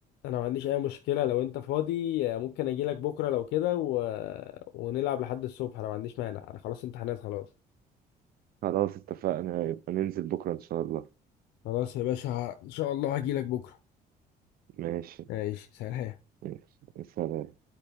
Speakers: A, on the left; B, on the right.
A: انا ما عنديش اي مشكله لو انت فاضي ممكن اجي لك بكره لو كده و... ونلعب لحد الصبح انا ما عنديش مانع انا خلاص امتحانات خلاص
B: خلاص اتفقنا يبقى ننزل بكرة ان شاء الله
A: خلاص يا باشا ان شاء الله هجي لك بكره
B: ماشي
A: ماشي سلام
B: ماشي سلام